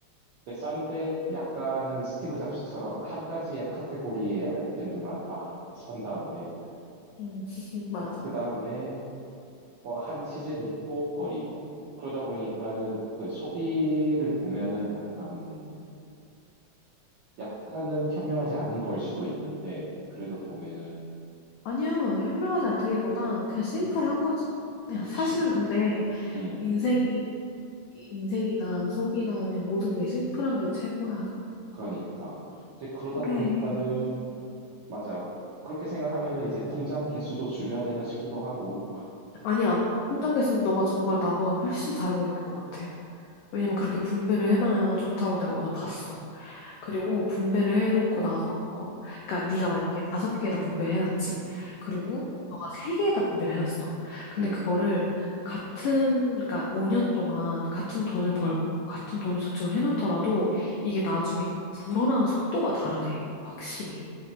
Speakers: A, on the right; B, on the left.
A: 근데 싼데 약간은 스티브 잡스처럼 한 가지의 카테고리의 아이템들만 막 산 다음에
B: 음. <laughs> 맞아.
A: 그 다음에 뭐 한 시즌 입고 버리고 그러다 보니까는 그 소비를 보면은 약간은 약간은 현명하지 않은 걸 수도 있는데 그래도 보면은
B: 아니야. 현명하지
A: 음.
B: 않다기보단 그냥 심플한
A: 음
B: 거지. 그냥
A: 그치
B: 사실은 근데
A: 음음
B: 인생이, 인생이나 소비나 그냥 모든 게 심플한 게 최고야.
A: 그러니까 이제 그러다
B: 그래.
A: 보니까는 맞아 그렇게 생각하면은 이제 통장 개수도 줄여야 되나 싶기도 하고
B: 아니야. 통장 개수는 너가 정말 나보다 훨씬 잘하고 있는 것 같아. 왜냐면 그렇게 분배를 해놔야 좋다고 내가 어디서 봤어. 그리고 분배를 해놓고 나서, 그러니까 네가 만약에 다섯 개에다 분배를 해놨지. 그리고 너가 세 개에다 분배를 해놨어. 근데
A: 음음음음음음음음음어
B: 그거를 같은, 그러니까 5년 동안 같은 돈을 벌고 같은 돈을 저축을 해놓더라도 이게 나중에 그 불어나는 속도가 다르대. 확실히.